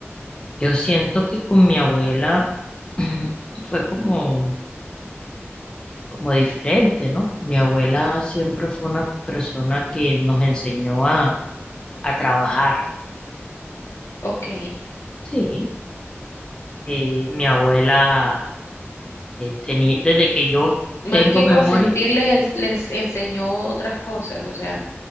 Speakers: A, on the left; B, on the left.
A: yo siento que con mi abuela <clears throat> fue como como diferente, ¿no? Mi abuela siempre fue una persona que nos enseñó a, a trabajar.
B: Ok,
A: Sí, eh, mi abuela tenía, desde que yo
B: más
A: tengo
B: que
A: memoria,
B: consentirles, les enseñó otras cosas, o sea,